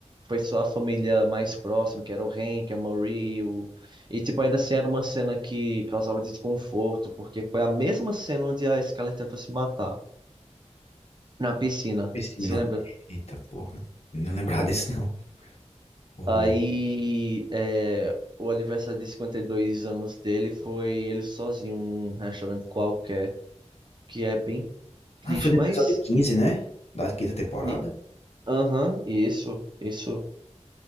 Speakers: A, on the right (about 40°); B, on the left (about 60°).
A: foi só a família mais próxima, que era o Hank, a Marie, o... e tipo ainda assim era uma cena que causava desconforto, porque foi a mesma cena onde a Scully tentou se matar na piscina.
B: Piscina.
A: Se lembra?
B: Eita porra. Não lembrava disso não. Ô louco.
A: Aí, é, o aniversário de 52 anos dele foi ele sozinho num restaurante qualquer, que é bem triste,
B: Ah, foi do
A: mas.
B: episódio 15, né? Da quinta temporada.
A: E, aham, e isso, isso.